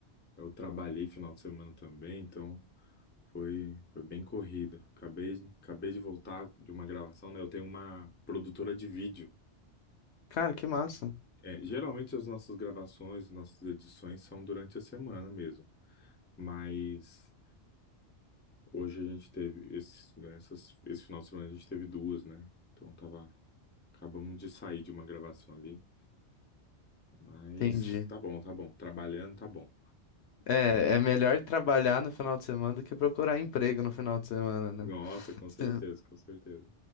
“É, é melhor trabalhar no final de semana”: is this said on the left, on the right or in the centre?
Left